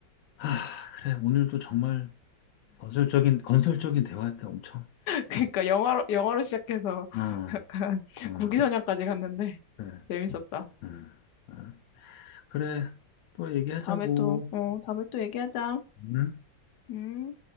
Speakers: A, on the left; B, on the left.
A: 아, 그래. 오늘도 정말 건설적인, 건설적인 대화였다, 엄청.
B: 그러니까 영화로 영화로 시작해서
A: 아,
B: 약간 <laughs>
A: 아,
B: 구기선양까지 갔는데
A: 그래,
B: 재밌었다.
A: 음, 알았어. 그래, 또 얘기하자고.
B: 다음에 또, 어, 다음에 또 얘기하자.
A: 응?
B: 음.